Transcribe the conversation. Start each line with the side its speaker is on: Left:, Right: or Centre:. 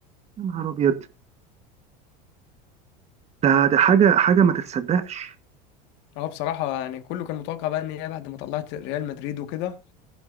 Right: يا نهار ابيض ده ده حاجه حاجه ما تتصدقش
Left: اه بصراحة يعني كله كان متوقع بقى إن هي بعد ما طلعت ريال مدريد وكده